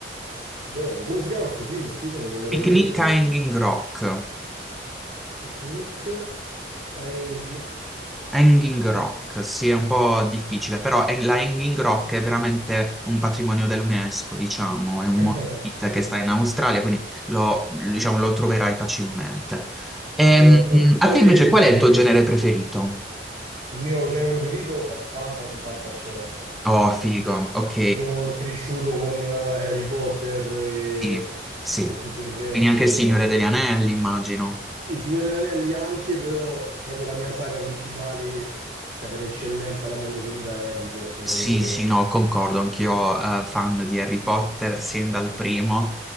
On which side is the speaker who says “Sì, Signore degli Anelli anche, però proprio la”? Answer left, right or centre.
Right